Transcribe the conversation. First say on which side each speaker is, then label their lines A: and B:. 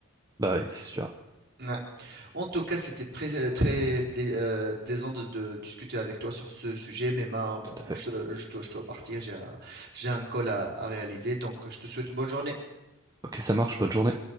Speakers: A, on the right; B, on the right.
A: Bah oui, c'est sûr,
B: Ouais. En tout cas, c'était très, euh, très plais- euh, plaisant de, de discuter avec toi sur ce sujet. Mais ma, bon,
A: tout
B: moi,
A: à fait.
B: je, je dois, je dois partir, j'ai un, j'ai un call à à réaliser, donc je te souhaite une bonne journée.
A: Ok, ça marche, bonne journée.